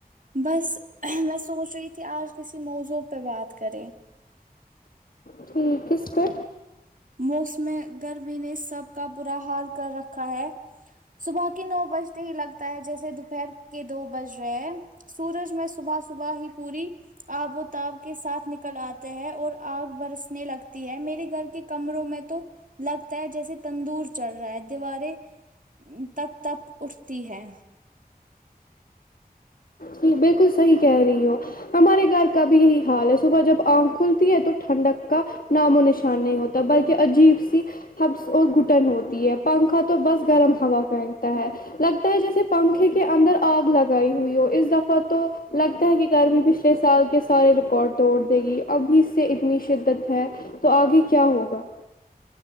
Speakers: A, on the right (about 55°); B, on the left (about 65°).
A: بس میں سوچ رہی تھی آج کسی موضوع پہ بات کریں
B: ٹھیک کس پہ
A: موسم گرمی نے سب کا برا حال کر رکھا ہے صبح کے نو بجتے ہی لگتا ہے جیسے دوپہر کے دو بج رہے ہیں سورج میں صبح صبح ہی پوری آب و تاب کے ساتھ نکل آتے ہیں اور آگ برسنے لگتی ہے میرے گھر کے کمروں میں تو لگتا ہے جیسے تندور چل رہا ہے دیواریں تپ تپ اٹھتی ہے
B: جی بالکل صحیح کہہ رہی ہو ہمارے گھر کا بھی یہی حال ہے صبح جب آنکھ کھلتی ہے تو ٹھنڈک کا نام و نشان نہیں ہوتا بلکہ عجیب سی ہبس اور گٹن ہوتی ہے پنکھا تو بس گرم ہوا پہنتا ہے لگتا ہے جیسے پنکھے کے اندر آگ لگائی ہوئی ہو اس دفہ تو لگتا ہے کہ گرمی پچھلے سال کے سارے ریکارڈ توڑ دے گی اب بھی اس سے اتنی شد دت ہے تو آگے کیا ہوگا